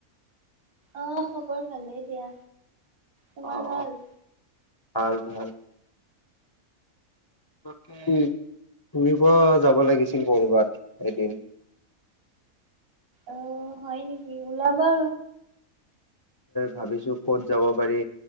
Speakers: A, on the right (about 65°); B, on the left (about 20°).
A: অহ, খবৰ ভালেই দিয়া। তোমাৰ
B: অ'
A: ভাল?
B: ভাল, ভাল। বাকী ফুৰিব যাব লাগিছিল কৰবাত এদিন।
A: অ', হয় নেকি ওলাবা।
B: ভাবিছো ক'ত যাব পাৰি,